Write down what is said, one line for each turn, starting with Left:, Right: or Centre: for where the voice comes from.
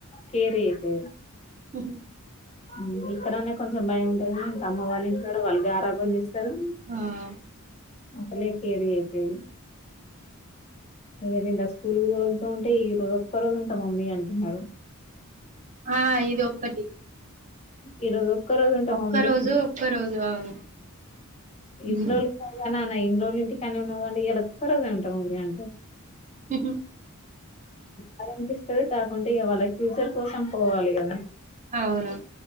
Left: కేర్ చేయకపోయేది.
Right: ఉహూ.
Left: ఉమ్ ఇక్కడన్న కొంచెం భయం ఉంటాది కానీ ఇంకా అమ్మ వాళ్ళ ఇంటికాడా వాళ్ళు గారాభం చేస్తారు.
Right: ఆహ్.
Left: అసలే కేర్ చేయకపోయేది. ఇంకా నిన్న స్కూల్కుతోళ్తూంటే ఈ రోజు ఒక్క రోజు ఉంటా మమ్మీ అంటున్నాడు.
Right: ఆహ్ ఇది ఒక్కటి.
Left: ఈరోజు ఒక్క. రోజు ఉంటా
Right: ఒక్క
Left: మమ్మీ
Right: రోజు ఒక్క రోజు అవును.
Left: ఇన్ని
Right: హ్మ్.
Left: రోజులున్నవుగా నాన్న ఇన్ని రోజులు ఇంటి కాడనే ఉన్నావుగా అంటే ఇయళ ఒక్కరోజే ఉంటా మమ్మీ అంటాడు.
Right: ఉహూ.
Left: బాధ అనిపిస్తది కాకుంటే ఇక వాళ్ళ ఫ్యూచర్ కోసం పోవాలి కదా.
Right: అవును.